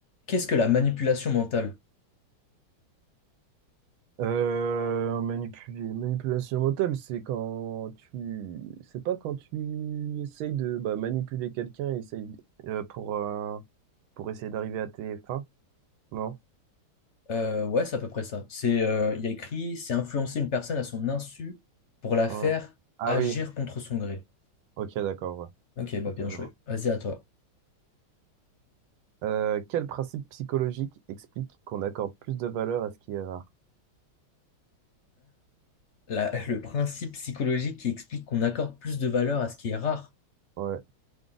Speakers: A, on the left; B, on the right.
A: Qu'est-ce que la manipulation mentale?
B: Euh, manipuler, manipulation mentale, c'est quand tu, c'est pas quand tu essayes de bah, manipuler quelqu'un, et essaye euh, pour euh, pour essayer d'arriver à tes fins, non?
A: Euh, ouais, c'est à peu près ça. C'est, euh, il y a écrit, c'est influencer une personne à son insu pour la
B: Ouais.
A: faire
B: Ah
A: agir
B: oui,
A: contre son gré.
B: ok, d'accord, ouais.
A: Ok, bah
B: Ok,
A: bien
B: je
A: joué.
B: vois.
A: Vas-y à toi.
B: Euh, quel principe psychologique explique qu'on accorde plus de valeur à ce qui est rare?
A: La- <laughs> le principe psychologique qui explique qu'on accorde plus de valeur à ce qui est rare.
B: Ouais,